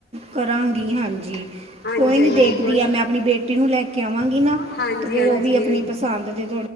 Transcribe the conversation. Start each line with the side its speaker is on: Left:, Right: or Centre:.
Right: ਕਰਾਂਗੀ। ਹਾਂਜੀ,
Left: ਹਾਂਜੀ
Right: ਕੋਈ
Left: ਹਾਂਜੀ
Right: ਨੀ ਦੇਖਦੀ
Left: ਕੋਈ
Right: ਹੈ, ਮੈਂ ਆਪਣੀ ਬੇਟ ਟੀ ਨੂੰ ਲੈ ਕੇ, ਕੇਵਾਂਗੀ, ਨਾ
Left: ਹਾਂਜੀ
Right: ਤੇ ਫੇਰ
Left: ਹਾਂਜੀ
Right: ਉਹ ਵੀ ਆਪਣੀ ਪਸੰਦ ਦੇ